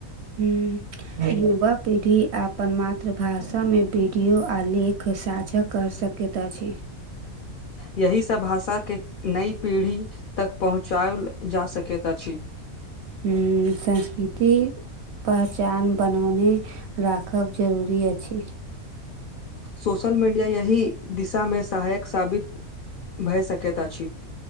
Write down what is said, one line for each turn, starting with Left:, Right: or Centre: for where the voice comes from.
Right: हूँ। युवा पीढ़ी अपन मातृभाषामे वीडियो आ लेख साझा कऽ सक केतऽ छी।
Left: यही सभ भाषाके नई पीढ़ी। तक पहुँचायलऽ जा सकैत अछि।
Right: हू, संस्कृति। पहचान बनौ राखब जरूरी अछि।
Left: सोशल मीडिया यहि दिशा मे सहायक साबित भऽ सकता छी